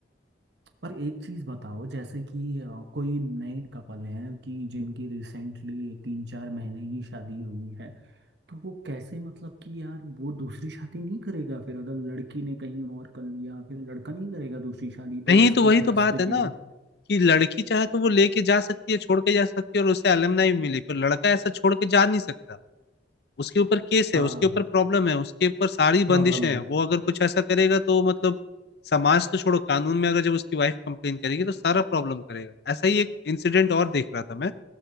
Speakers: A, on the right; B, on the left.
A: पर एक चीज बताओ जैसे कि अ, कोई नए कपल हैं कि जिनकी रिसेंटली तीन चार महीने ही शादी हुई है तो वो कैसे मतलब कि यार वो दूसरी शादी नहीं करेगा फिर अगर लड़की ने कहीं और कर लिया फिर लड़का नहीं करेगा दूसरी शादी तो
B: नहीं
A: उसकी
B: तो वही
A: गृहस्थ
B: तो बात
A: जीवन
B: है ना कि लड़की चाहे तो वो लेके जा सकती है छोड़ के जा सकती है और उसे अलमनाई भी मिली पर लड़का ऐसा छोड़ के जा नहीं सकता उसके ऊपर केस
A: हाँ
B: है उसके ऊपर प्रॉब्लम है उसके ऊपर सारी
A: प्रॉब्लम
B: बंदिशें
A: है
B: हैं वो अगर कुछ ऐसा करेगा तो मतलब समाज तो छोड़ो कानून में अगर जब उसकी वाइफ कंप्लेन करेगी तो सारा प्रॉब्लम करेगा ऐसा ही एक इंसिडेंट और देख रहा था मैं